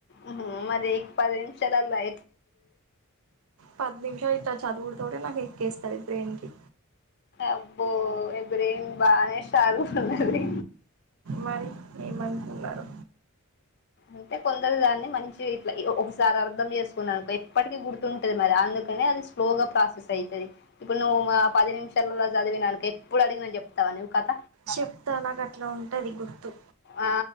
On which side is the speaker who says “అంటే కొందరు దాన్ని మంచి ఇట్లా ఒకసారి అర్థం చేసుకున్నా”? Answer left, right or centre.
Left